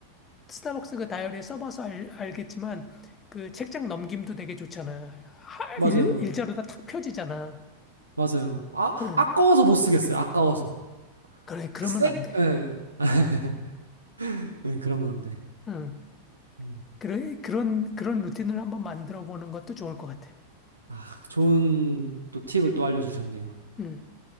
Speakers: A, on the left; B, on the right.
A: 스타벅스 그 다이어리 써봐서 알, 알겠지만 그 책장 넘김도 되게 좋잖아. 하-
B: 맞아요.
A: 일, 일자로 다 탁 펴지잖아.
B: 맞아요. 아,
A: 응.
B: 아까워서 못 쓰겠어요. 아까워서.
A: 그래 그러면
B: 쌩?
A: 안 돼.
B: 예. <laughs> 네, 그러면 안 돼.
A: 응.
B: 음.
A: 그런, 그런, 그런 루틴을 한번 만들어 보는 것도 좋을 것 같아.
B: 아, 좋은 또 팁을 또 알려주셨네요.
A: 음.